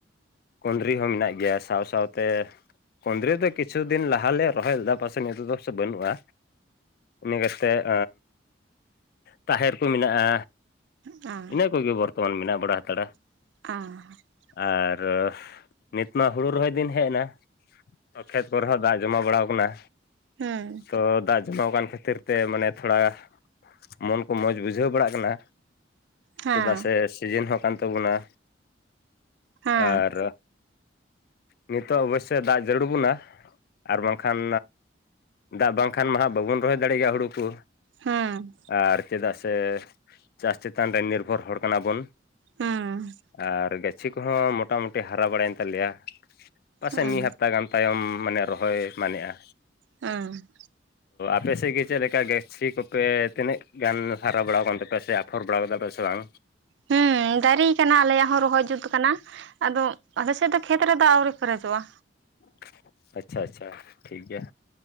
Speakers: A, on the left; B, on the right.
A: ᱠᱩᱸᱫᱽᱨᱤ ᱦᱚᱸ ᱢᱮᱱᱟᱜ ᱜᱮᱭᱟ ᱜᱮᱭᱟ ᱥᱟᱶ ᱥᱟᱶᱛᱮ ᱠᱩᱸᱫᱽᱨᱤ ᱫᱚ ᱠᱤᱪᱷᱩ ᱠᱤᱪᱷᱩ ᱫᱤᱱ ᱞᱟᱦᱟᱟᱞᱮ ᱨᱚᱦᱚᱭ ᱞᱮᱫᱟ ᱯᱟᱥᱮ ᱱᱤᱛᱚᱜ ᱫᱚ ᱵᱟᱹᱱᱩᱜᱼᱟ ᱤᱱᱟᱹ ᱠᱟᱛᱮᱫ ᱛᱟᱦᱮᱨ ᱠᱚ ᱢᱮᱱᱟᱜᱼᱟ
B: ᱦᱮᱸ
A: ᱤᱱᱟᱹ ᱠᱚᱜᱮ ᱵᱚᱨᱛᱚᱢᱟᱱ ᱢᱮᱱᱟᱜ ᱵᱟᱲᱟ ᱦᱟᱛᱟᱲᱟ
B: <unintelligible>
A: <unintelligible> ᱱᱤᱛᱢᱟ ᱦᱩᱲᱩ ᱨᱚᱦᱚᱭ ᱫᱤᱱ ᱦᱮᱡ ᱮᱱᱟ᱾ <unintelligible> ᱫᱟᱜ ᱡᱚᱢᱟᱣ ᱵᱟᱲᱟᱣ ᱟᱠᱟᱱᱟ᱾
B: ᱦᱩᱸ᱾
A: ᱛᱚ <unintelligible> ᱠᱷᱟᱹᱛᱤᱨ ᱛᱮ ᱢᱟᱱᱮ ᱛᱷᱚᱲᱟ ᱢᱚᱱ ᱠᱚ ᱢᱚᱡᱽ ᱵᱩᱡᱷᱟᱹᱣ ᱵᱟᱲᱟᱜ ᱠᱟᱱᱟ᱾
B: ᱦᱮᱸ
A: ᱪᱮᱫᱟᱜ ᱥᱮ ᱥᱤᱡᱟᱹᱱ ᱦᱚᱸ ᱠᱟᱱ ᱛᱟᱵᱚᱱᱟ᱾
B: ᱦᱮᱸ
A: ᱟᱨ ᱱᱤᱛᱚᱜ ᱚᱵᱚᱥᱥᱚᱭ ᱫᱟᱜ ᱡᱟᱹᱨᱩᱲ ᱵᱚᱱᱟ᱾ ᱟᱨ ᱵᱟᱝᱠᱷᱟᱱ ᱫᱟᱜ ᱵᱟᱝᱠᱷᱟᱱ ᱢᱟ ᱦᱟᱸᱜ ᱵᱟᱵᱚᱱ ᱨᱚᱦᱚᱭ ᱫᱟᱲᱮᱭᱟᱜ ᱜᱮᱭᱟ ᱦᱩᱲᱩ ᱠᱚ᱾
B: ᱦᱮᱸ
A: ᱟᱨ ᱪᱮᱫᱟᱜ ᱥᱮ ᱪᱟᱥ ᱪᱮᱛᱟᱱ ᱨᱮ ᱱᱤᱨᱵᱷᱚᱨ ᱦᱚᱲ ᱠᱟᱱᱟ ᱵᱚᱱ᱾
B: ᱦᱮᱸ
A: ᱟᱨ ᱜᱟᱹᱪᱷᱤ ᱠᱚᱦᱚᱸ ᱢᱚᱴᱟᱢᱩᱴᱤ ᱦᱟᱨᱟ ᱵᱟᱲᱟᱭᱮᱱ ᱛᱟᱞᱮᱭᱟ᱾ ᱯᱟᱥᱮᱡ
B: ᱦᱮᱸ
A: ᱢᱤᱫ ᱦᱟᱯᱛᱟ ᱜᱟᱱ ᱛᱟᱭᱚᱢ ᱢᱟᱱᱮ ᱨᱚᱦᱚᱭ ᱢᱟᱱᱮᱜᱼᱟ᱾
B: ᱩᱸ᱾
A: <unintelligible> ᱪᱮᱫ ᱞᱮᱠᱟ ᱜᱟᱹᱪᱷᱤ ᱠᱚᱯᱮ ᱛᱤᱱᱟᱹᱜ ᱜᱟᱱ ᱦᱟᱨᱟ ᱵᱟᱲᱟᱣᱟᱱ ᱛᱟᱯᱮᱭᱟ ᱥᱮ ᱟᱯᱷᱚᱨ ᱵᱟᱲᱟ ᱠᱟᱫᱟ ᱯᱮ ᱥᱮ ᱵᱟᱝ?
B: ᱦᱩᱸ ᱫᱟᱹᱨᱤ ᱠᱟᱱᱟ ᱟᱞᱮᱭᱟᱜ᱾ ᱦᱚ ᱨᱚᱦᱚᱭ ᱡᱩᱛ ᱟᱠᱟᱱᱟ ᱟᱫᱚ ᱟᱞᱮ ᱥᱮᱫ ᱫᱚ ᱠᱷᱮᱛ ᱨᱮ ᱫᱟᱜ ᱟᱹᱣᱨᱤ ᱯᱮᱨᱮᱡᱚᱜᱼᱟ᱾
A: <inaudible> ᱟᱪᱪᱷᱟ ᱟᱪᱪᱷᱟ ᱴᱷᱤᱠ ᱜᱮᱭᱟ᱾